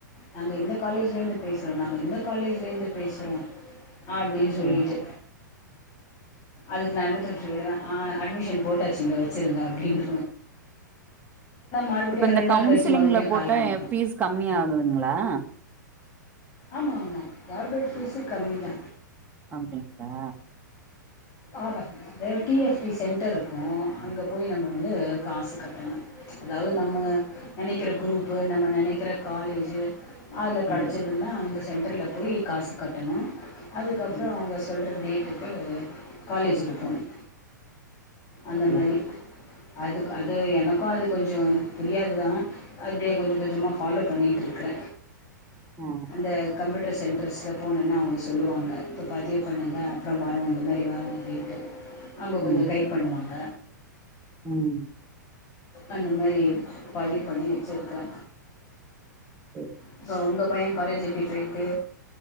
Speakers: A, on the left; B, on the right.
A: நாங்க இந்த காலேஜ்ல இருந்து பேசுறோ நாங்க இந்த காலேஜ் இருந்து பேசுறோ அப்டின்னு சொல்லிட்டு
B: ஓ
A: அதுக்கு நா என்ன தெரியுமா சொல்லிடுவே ஆ அட்மிஷன் போட்டாச்சுங்க வச்சிருங்க அப்டின்னு மறுபடியும்
B: இப்ப இந்த
A: ரெண்டு நாள்
B: கவுன்சிலிங்ல
A: கழித்து மறுபடியும்
B: போட்ட
A: கால் பண்ணுவாங்க
B: ஃபீஸ் கம்மியா ஆகுதுங்களா
A: ஆமா ஆமா கவர்மெண்ட் ஃபீஸ்சு கம்மிதா
B: அப்டிங்களா
A: ஆமா அது டி எஃப் டி சென்டர் இருக்கு அங்க போய் நம்ம வந்து காசு கட்டணு அதாவது நம்ம நெனைக்கிற குரூப்பு நம்ம நெனைக்கிற காலேஜ் அதுல கெடச்சதுன்னா
B: ம்
A: அந்த சென்டர்ல போய் காசு கட்டணு அதுக்கப்றோ
B: ம்
A: அவங்க சொல்ற டேட் டுக்கு காலேஜீக்கு போணு அந்த
B: சரி
A: மாரி அதுக் அது எனக்கு அது கொஞ்சோ புரியாது தா அப்டியே கொஞ்சோ கொஞ்சமா ஃபாலோ பண்ணிட்டு இருக்கற
B: ஆ
A: அந்த கம்ப்யூட் ட்டர் சென்டர்ஸ்ல போணன்னா அவங்க சொல்லுவாங்க இப்போ பதிவு பண்ணுங்க அப்றோ வரு இந்த மாரி வரும் அப்டின்ட்டு அங்க கொஞ்சோ
B: ம்
A: கைட் பண்ணுவாங்க
B: ம்
A: அந்த மாரி பதிவு பண்ணி வச்சிருக்கிறே
B: சரி
A: இப்ப உங்க பைய காலேஜ் எப்டி போயிட்டு